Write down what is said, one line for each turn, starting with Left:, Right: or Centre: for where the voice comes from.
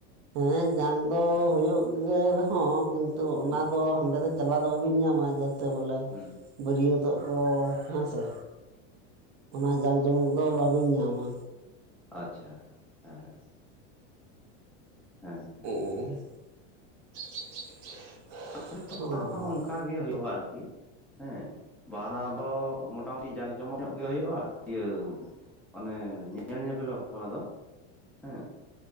Right: ᱦᱮᱸ ᱡᱟᱝ ᱫᱚ ᱦᱳᱭᱳᱜ ᱜᱮ ᱨᱮᱦᱚᱸ ᱠᱤᱱᱛᱩ ᱚᱱᱟ
Centre: ᱦᱩᱸ
Right: ᱫᱚ ᱦᱟᱸᱰᱮ ᱫᱚ ᱪᱟᱞᱟᱣ ᱫᱚ ᱵᱟᱹᱵᱤᱱ ᱧᱟᱢᱟ ᱡᱟᱛᱮ ᱵᱚᱞᱮ
Centre: ᱦᱩᱸ
Right: ᱵᱟᱹᱨᱭᱟᱹᱛᱚᱜ
Centre: ᱦᱩᱸ
Right: ᱠᱚ ᱦᱮᱸ ᱥᱮ ᱚᱱᱟ ᱡᱟᱸᱠ ᱡᱚᱢᱚᱠ ᱫᱚ ᱵᱟᱹᱵᱤᱱ ᱧᱟᱢᱟ᱾
Centre: ᱟᱪᱪᱷᱟ ᱦᱮᱸ ᱦᱮᱸ
Right: <unintelligible>
Centre: <unintelligible>
Right: ᱦᱮᱸ
Centre: ᱚᱱᱠᱟᱟᱜ ᱜᱮ ᱦᱳᱭᱳᱜᱼᱟ ᱟᱨᱠᱤ ᱦᱮᱸ <unintelligible> ᱚ ᱢᱚᱴᱟᱢᱩᱴᱤ ᱡᱟᱸᱠ ᱡᱚᱢᱚᱜᱽ ᱧᱚᱜ ᱜᱮ ᱦᱳᱭᱳᱜᱼᱟ ᱤᱭᱟᱹ ᱢᱟᱱᱮ ᱧᱮᱞ ᱧᱮᱯᱮᱞ ᱵᱟᱯᱞᱟ ᱫᱚ ᱦᱮᱸ